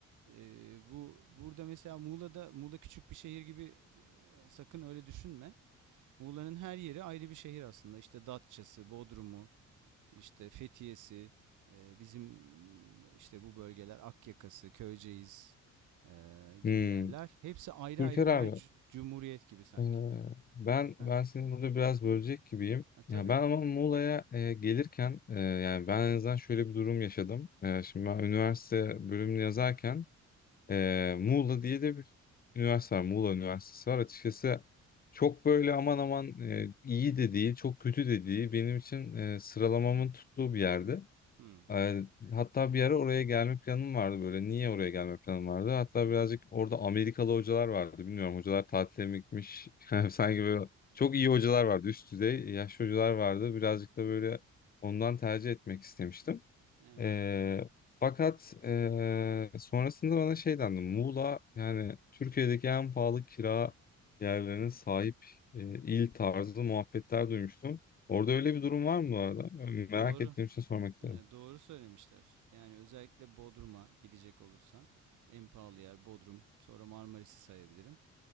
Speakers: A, on the right; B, on the left.
A: Ee, bu burada mesela Muğla'da Muğla küçük bir şehir gibi e, sakın öyle düşünme. Muğla'nın her yeri ayrı bir şehir aslında. İşte Datça'sı, Bodrum'u, işte Fethiye'si, e, bizim işte bu bölgeler Akyaka'sı, Köyceğiz e,
B: Hmm.
A: gibi yerler. Hepsi ayrı
B: Türker
A: ayrı birer
B: abi
A: c- cumhuriyet gibi sanki.
B: e, ben
A: Efendim?
B: ben seni burada biraz bölecek gibiyim.
A: Ha, tabii.
B: Ya ben ama Muğla'ya e, gelirken e, yani ben en azından şöyle bir durum yaşadım. E, şimdi ben üniversite bölümünü yazarken Ee, Muğla diye de bir üniversite var. Muğla Üniversitesi var. Açıkçası çok böyle aman aman e, iyi de değil, çok kötü de değil. Benim için e, sıralamamın tuttuğu bir yerdi.
A: Hmm,
B: Ee, hatta bir ara oraya gelme planım vardı böyle. Niye oraya gelme planım vardı? Hatta birazcık orada Amerikalı hocalar vardı. Bilmiyorum hocalar tatile mi gitmiş? <laughs> Yani sanki böyle çok iyi hocalar vardı. Üst düzey yaşlı hocalar vardı. Birazcık da böyle ondan tercih etmek istemiştim.
A: evet.
B: Ee, fakat ee, sonrasında bana şey dendi. Muğla yani Türkiye'deki en pahalı kira yerlerine sahip ee, il tarzı muhabbetler duymuştum. Orada öyle bir durum var mı bu arada? Yani Merak
A: Doğru.
B: ettiğim için sormak istedim.
A: E, doğru söylemişler. Yani özellikle Bodrum'a gidecek olursan en pahalı yer Bodrum. Sonra Marmaris'i sayabilirim.